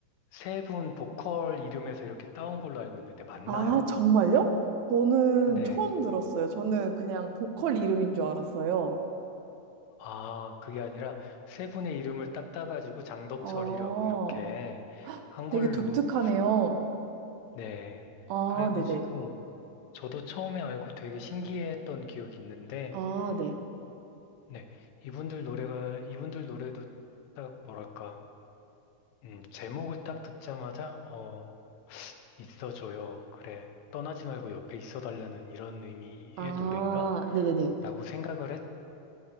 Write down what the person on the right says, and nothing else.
아, 정말요? 저는
처음 들었어요. 저는 그냥 보컬 이름인 줄 알았어요.
아,
되게
독특하네요.
아,
네네.
아, 네.
아,
네네네.